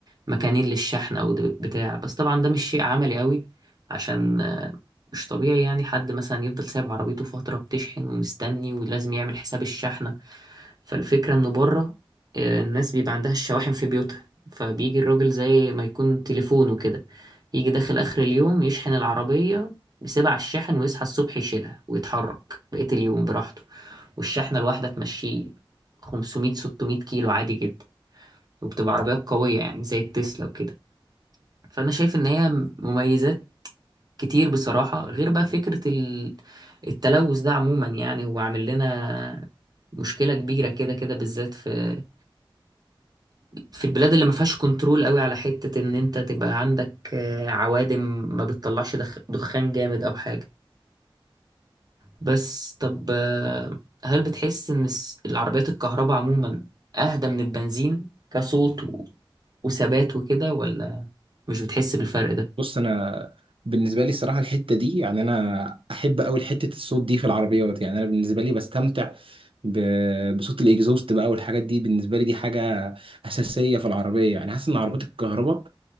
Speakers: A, on the right; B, on the right.
A: مكانين للشحن أو د- بتاع بس طبعا ده مش شيء عملي قوي عشان آه، مش طبيعي يعني حد مثلا يفضل سايب عربيته فترة بتشحن ومستني ولازم يعمل حساب الشحنة فالفكرة إنه بره آه، الناس بيبقى عندها الشواحن في بيوتها فبيجي الراجل زي ما يكون تليفونه كده يجي داخل آخر اليوم يشحن العربية يسيبها على الشاحن ويصحى الصبح يشيلها ويتحرك بقية اليوم براحته والشحنة الواحدة تمشيه 500 600 كيلو عادي جدا وبتبقى عربيات قوية يعني زي التسلا وكده فأنا شايف إن هي مميزات كتير بصراحة غير بقى فكرة ال- التلوث ده عموما يعني هو عامل لنا مشكلة كبيرة كده كده بالذات في في البلاد اللي ما فيهاش كنترول قوي على حتة إن أنت تبقى عندك آه، عوادم ما بتطلعش دخ- دخان جامد أو حاجة بس طب آه، هل بتحس ان الس- العربيات الكهرباء عموما اهدى من البنزين كصوت و... وثبات وكده ولا مش بتحس بالفرق ده
B: بص انا بالنسبه لي الصراحه الحته دي يعني انا احب قوي حته الصوت دي في العربيات يعني انا بالنسبه لي بستمتع ب- بصوت الاكزوست بقى والحاجات دي بالنسبه لي دي حاجه اساسيه في العربيه يعني حاسس ان عربيات الكهرباء